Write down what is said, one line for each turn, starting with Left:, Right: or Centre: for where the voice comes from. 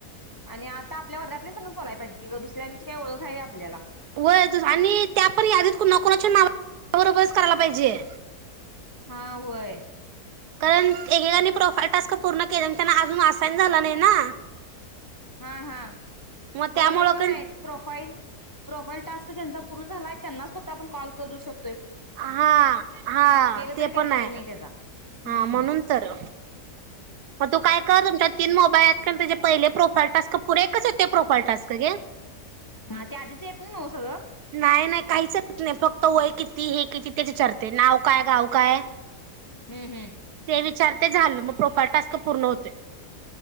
Left: आणि आता आपल्या वर्गातल्या संग बोलाय पाहिजे इथ दुसऱ्यांची काय ओळख आहे का आपल्याला
Right: व्हय येतय आणि त्या पण यादीत कुणाकुणाच नाव त्यावरच करायला पाहिजे.
Left: हा व्हय
Right: कारण एकेकानी प्रोफाईल टास्क पूर्ण केलेत त्यांना अजून असाइन झाला नाही ना!
Left: हा हा
Right: मग
Left: होय
Right: त्यामुळं
Left: हे पण
Right: कणी
Left: आहेत प्रोफाईल प्रोफाईल टास्क ज्यांचा पूर्ण झाला आहे त्यांनाच फक्त आपण कॉल करू शक
Right: हा हा
Left: केलं
Right: ते
Left: तरी काही
Right: पण
Left: उपयोग
Right: हाय
Left: नाही त्याचा
Right: हा
Left: हम्म
Right: म्हणून तर म तू काय कर तुमच्या तीन मोबाईल आहेत कारण त्याचे पहिले प्रोफाईल टास्क पुढे एकच येतय ते प्रोफाईल टास्क ग
Left: हा त्या आधीच येत नाही नव सगळं
Right: नाही नाही काहीच येत नाही फक्त वय कित ती ही एकच हे विचारती नाव काय गाव काय
Left: हम्म हम्म
Right: ते विचारते झाल म प्रोफाल टास्क पूर्ण होतोय.